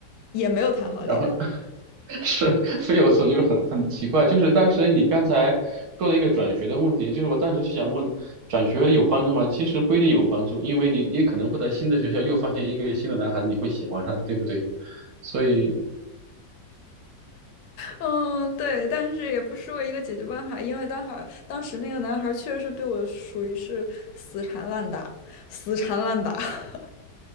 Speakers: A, on the left; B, on the right.
A: 也没有谈好恋爱。
B: 然后 <laughs> 是非有错，就是很很奇怪，就是当时你刚才说了一个转学的问题，就是我当时是想问，转学有帮助吗？其实不一定有帮助，因为你你可能会在新的学校又发现一个新的男孩子，你会喜欢上，对不对？所以
A: 嗯，对，但是也不失为一个解决办法，因为当孩当时那个男孩确实是对我属于是死缠烂打，死缠烂打。<laughs>